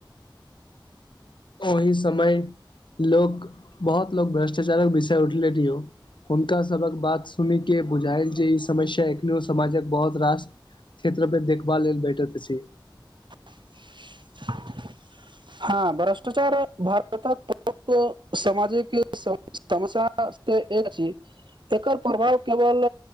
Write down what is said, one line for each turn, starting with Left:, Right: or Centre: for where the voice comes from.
Left: ओहि समय लोक बहुत लोको भ्रष्टाचारक विषय उठले लिया हुनका सभ कें बात सुनि के बुझायल जे ई समस्या एखन समाज के बहुत रास क्षेत्र पर देखभाल लेल बैठैत छै।
Right: <unintelligible> <unintelligible> समस्या से एक छी एकर प्रभाव केवल